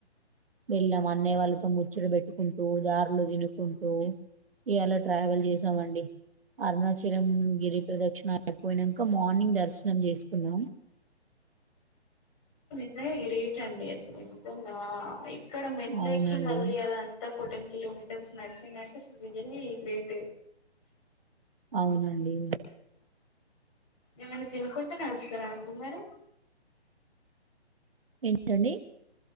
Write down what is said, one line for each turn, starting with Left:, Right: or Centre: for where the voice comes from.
Right: వెళ్ళాం అన్నయ్య వాళ్ళకి మొత్తం ముచ్చట పెట్టుకుంటూ దార్లు తినుకుంటూ ఇవాలా ట్రావెల్ చేసామండి అరుణాచలం గిరి ప్రదక్షిణ అయిపోయినాక మార్నింగ్ దర్శనం చేసుకున్నాం
Left: అదే గ్రేట్ అండి అసలు <unintelligible> ఇక్కడ మెట్లేకి
Right: అవునండి.
Left: మళ్లి అద అంత ఫుటన్ కిలోమీటర్స్ నడిచిందంటే అస రియల్లీ గ్రేట్
Right: అవునండి
Left: ఏమన్న తిను కుంటా నడుస్తారా అండి మరి
Right: ఏంటండి